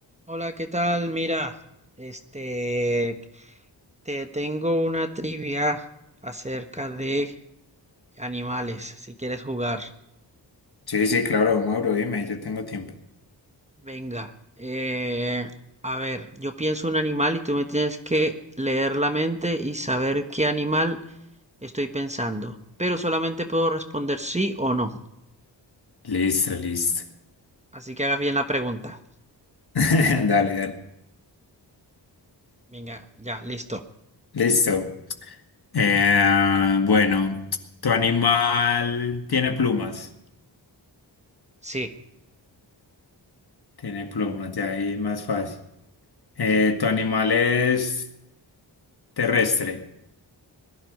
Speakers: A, on the right; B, on the left.
A: Hola, ¿qué tal? Mira, este, te tengo una trivia acerca de animales, si quieres jugar.
B: Sí, sí, claro, Mauro, dime, yo tengo tiempo.
A: Venga, eh, a ver, yo pienso un animal y tú me tienes que leer la mente y saber qué animal estoy pensando, pero solamente puedo responder sí o no.
B: Listo, listo.
A: Así que hagas bien la pregunta.
B: <laughs> Dale, dale.
A: Venga, ya, listo.
B: Listo. Eh, bueno, tu animal tiene plumas.
A: Sí.
B: Tiene plumas, ya ahí es más fácil. Eh, tu animal es terrestre.